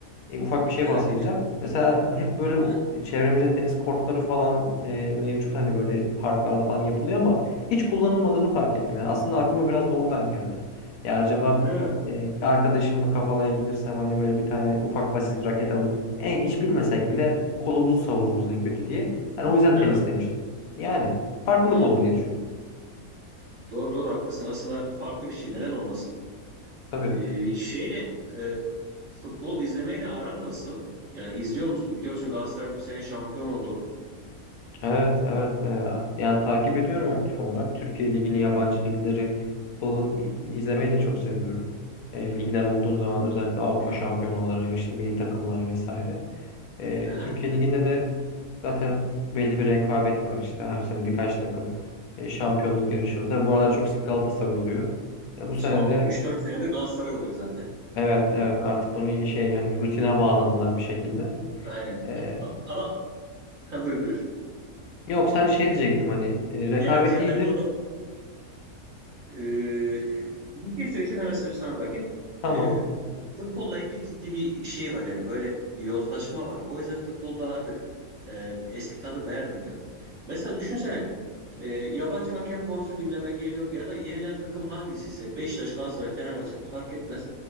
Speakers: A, on the left; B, on the right.
A: e, ufak bir şey
B: <laughs>
A: bahsedeceğim.
B: dinliyorum.
A: Mesela hep böyle o-
B: Hı hı.
A: çevremizde tenis kortları falan e, mevcut hani böyle parklarda falan yapılıyor ama hiç kullanılmadığını fark ettim. Yani aslında aklıma biraz da oradan geldi. Ya acaba
B: Ha,
A: e, bir arkadaşımı kafalayabilirsem hani böyle bir tane ufak basit raket alıp en hiç bilmesek bile kolumuzu savururuz en kötü diye. Yani o yüzden
B: değil
A: tenis
B: mi?
A: demiştim. Yani farklılık
B: Anladım.
A: olur diye düşündüm.
B: Doğru doğru haklısın. Aslında farklı bir şey. Neden olmasın?
A: Tabii.
B: E, şeyle e, futbol izlemeyle aran nasıl? Yani izliyor musun? Biliyorsun Galatasaray bu sene şampiyon oldu.
A: Evet, evet. e, Yani takip ediyorum aktif olarak. Türkiye Ligi'ni, yabancı ligleri bu izlemeyi de çok seviyorum. E, ligler olduğu zaman özellikle Avrupa şampiyonaları, işte milli takımlar vesaire. E,
B: Hı hı.
A: Türkiye Ligi'nde de zaten belli bir rekabet var. İşte her sene birkaç takım e, şampiyonluk yarışıyor. Tabii bu aralar çok sık Galatasaray oluyor. E, bu sene
B: Son
A: de
B: üç dört senedir Galatasaray oluyor zaten.
A: evet, evet artık bunu iyi şey hani rutine bağladılar bir şekilde.
B: Aynen.
A: E,
B: Ama ha, buyur.
A: yok sadece şey diyecektim hani e, rekabet
B: Evet ya
A: iyidir.
B: ben orada Ee, bir şey söyleyeceğim hemen sözü sana bırakayım.
A: Tamam.
B: Ee, futbolla ilgili ciddi bir şey var yani böyle yozlaşma var. O yüzden futbolda artık e, eski tadı vermiyor. Mesela düşünsene e, yabancı hakem konusu gündeme geliyor ya da yenilen takım hangisi ise Beşiktaş, Galatasaray, Fenerbahçe fark etmez.